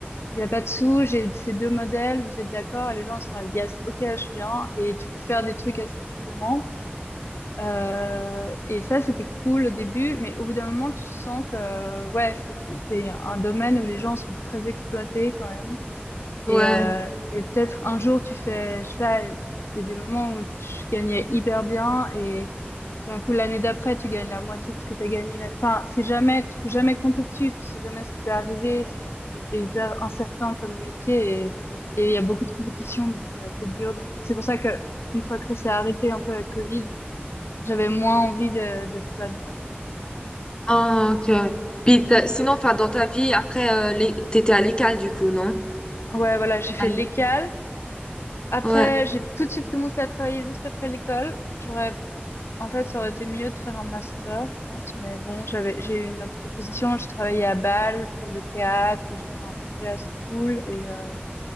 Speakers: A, on the left (about 90°); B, on the left (about 20°).
A: Il y a pas de sous, j'ai ces deux modèles, vous êtes d'accord? Et les gens sont là, yes, ok, je viens. Et tu peux faire des trucs assez facilement. Euh, et ça, c'était cool au début, mais au bout d'un moment, tu sens que ouais, c'est c'est- c'est un domaine où les gens sont très exploités quand même.
B: Ouais,
A: Et, euh, et peut-être un jour, tu fais, je sais pas, il y a des moments où tu gagnais hyper bien et tout d'un coup, l'année d'après, tu gagnes la moitié de ce que tu as gagné. la- Enfin, c'est jamais, tu peux jamais compter dessus, tu sais jamais ce qui va arriver. Enfin, c'est c'est hyper incertain comme métier et et il y a beaucoup de compétition, donc c'est c'est dur. Donc c'est pour ça que une fois que ça s'est arrêté un peu avec Covid j'avais moins envie de- d'être là-dedans.
B: Ah, ok. Puis t'as- sinon,
A: Donc,
B: enfin, dans ta vie, après, euh, les- t'étais à l'école du coup, non?
A: ouais, voilà, j'ai fait
B: À l-
A: l'école. Après,
B: Ouais.
A: j'ai tout de suite commencé à travailler juste après l'école. J'aurais, en fait, ça aurait été mieux de faire un master, je pense. Mais bon, j'avais, j'ai eu une proposition. Je travaillais à Bâle pour le théâtre et j'ai fait un projet assez cool. Et, euh,